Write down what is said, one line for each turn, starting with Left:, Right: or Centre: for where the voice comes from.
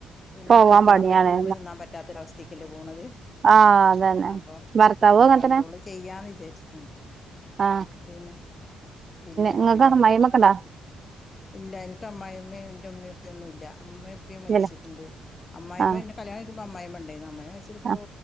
Left: പിന്നെ
Right: പോവാൻ
Left: നമുക്ക് തിന്നാൻ
Right: പണിയാണ്
Left: പറ്റ്ണത് കൂടി തിന്നാൻ പറ്റാത്ത ഒരവസ്ഥീക്കല്ലേ പോണത്.
Right: ആ അതന്നെ
Left: അപ്പൊ
Right: ഭർത്താവും
Left: അങ്ങനെ
Right: അങ്ങനത്തന്നെ
Left: കൺട്രോൾ ചെയ്യാന്ന് വിചാരിച്ച് ആഹ്
Right: ആഹ്
Left: പിന്നെ പിന്നെ
Right: ഇങ്ങക്ക്
Left: പിന്നെപ്പൊ.
Right: അമ്മായിമ്മക്കെ ഇണ്ടാ
Left: ഇല്ല ഇൻക്ക് അമ്മായിമ്മീം ഇന്റെ മ്മിം പ്പിം ഒന്നും ഇല്ല ഇമ്മിം ഉപ്പിം മരിച്ചിട്ടുണ്ട്.
Right: ഇല്ലല്ലേ
Left: അമ്മായിമ്മന്നെ
Right: ആഹ്
Left: കല്ല്യാണം കഴിക്കുമ്പോ അമ്മായിമ്മണ്ടായിന്ന് അമ്മായിമ്മ മരിച്ചിട്ട്പ്പോ
Right: ആഹ്